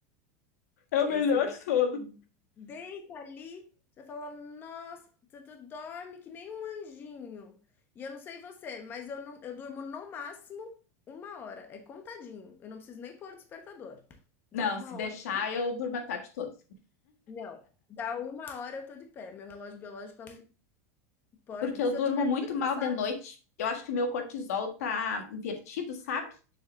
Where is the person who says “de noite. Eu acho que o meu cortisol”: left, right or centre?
Left